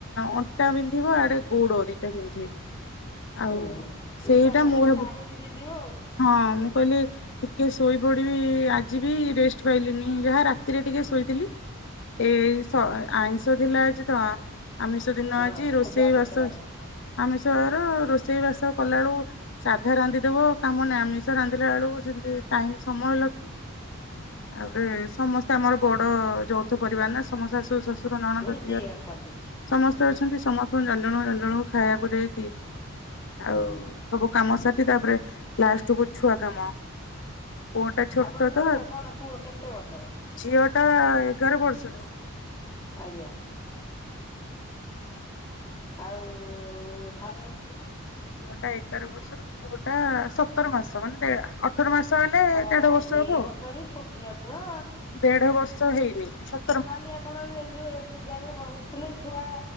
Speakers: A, on the left; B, on the left.
A: ଅଣ୍ଟା ବି ନ୍ଧିବ ଆଡେ ଗୋଡ ଦିଟା ବିନ୍ଧେ। ଆଉ
B: ହୁଁ
A: ସେଇଟା
B: ଉପାସ କଲେ
A: ମୁଁ ଭାବ।
B: ତ ଆହୁରି ବିନ୍ଧିବ ଆଉ।
A: ହଁ ମୁଁ କହିଲି। ଟିକେ ଶୋଇପଡିବି ଆଜି ବି ରେଷ୍ଟ ପାଇଲିନି ଯାହା ରାତିରେ ଟିକେ ଶୋଇଥିଲି। ଏଇ ଆଇଁଷ ଥିଲା ଆଜି ତ ଆମିଷ ଦିନ
B: ହଁ
A: ଆଜି ରୋଷେଇ
B: ଆମିଷ
A: ବାସ।
B: ବାର ହୁଁ।
A: ଆମିଶ ଘର ରୋଷେଇ ବାସ କଲାବେଳକୁ ସାଧା ରାନ୍ଧିଦବ କାମ ନାହିଁ ଆମିଷ ରାନ୍ଧିଲା ବେଳକୁ ସେମତି ଟାଇମ୍ ସମୟ ଲାଗେ। ଆଉପରେ ସମସ୍ତେ ଆମର ବଡ ଯୌଥ ପରିବାର ନା ସମସ୍ତେ ଶାଶୁ ଶଶୁର। ଶୁର ନଣନ୍ଦ
B: ମିଶିକି
A: ଦିଅର।
B: ଅଛନ୍ତି
A: ସମସ୍ତେ ଅଛନ୍ତି ସମସ୍ତଙ୍କୁ ଜଣଜଣ ଜଣଙ୍କୁ ଖାଇବାକୁ ଦେଇକି
B: ହୁଁ
A: ଆଉ। ସବୁ କାମ ସାରି ତାପରେ ଲାଷ୍ଟ କୁ ଛୁଆ କାମ। ପୁଅ ଟା ଛୋଟ
B: ଆପଣଙ୍କର
A: ତ
B: କଣ ପୁଅ କେତେ ବର୍ଷର।
A: ଝିଅ ଟା ଏଗାର ବର୍ଷର।
B: ଆଜ୍ଞା। ଆଉ ସାନ ଟା।
A: ଝିଅ ଟା ଏଗାର ବର୍ଷର ପୁଅଟା ସତର ମାସ ମାନେଦେଢ଼। ଅଠର ମାସ ହେଲେ
B: ହଁ
A: ଦେଢ ବର୍ଷ
B: ଦି
A: ହବ।
B: ହେଲେ ଛୋଟିଆ ଛୁଆ।
A: ଦେଢ ବର୍ଷ ହେଇନି ସ।
B: କାଲି ଆପଣମାନେ ଏ ଯୋଉ ଯୋଉ ପୂଜାରେ ବସିଲେ ଛୁଆ